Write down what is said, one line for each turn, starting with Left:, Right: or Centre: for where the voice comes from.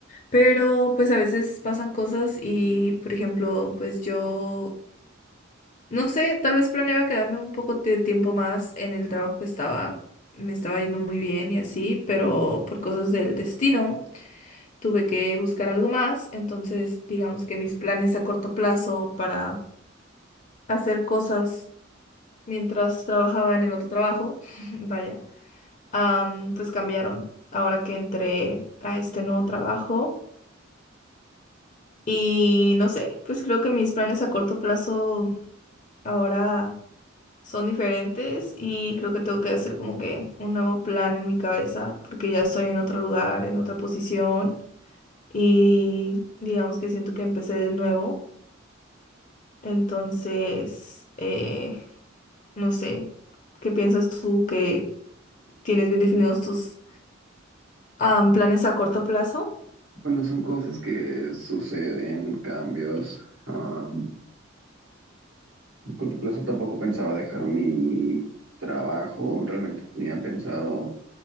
Left: pero pues a veces pasan cosas y, por ejemplo, pues yo, no sé, tal vez planeaba quedarme un poco de tiempo más en el trabajo que estaba, me estaba yendo muy bien y así, pero por cosas del destino tuve que buscar algo más, entonces digamos que mis planes a corto plazo para hacer cosas mientras trabajaba en el otro trabajo, <laughs> vaya. am, pues cambiaron ahora que entré a este nuevo trabajo. Y no sé, pues creo que mis planes a corto plazo ahora son diferentes y creo que tengo que hacer como que un nuevo plan en mi cabeza porque ya estoy en otro lugar, en otra posición y digamos que siento que empecé de nuevo. Entonces, eh, no sé, ¿qué piensas tú que tienes bien definidos tus am, planes a corto plazo?
Right: Bueno, son cosas que suceden, cambios. Am, a corto plazo tampoco pensaba dejar mi trabajo, realmente tenía pensado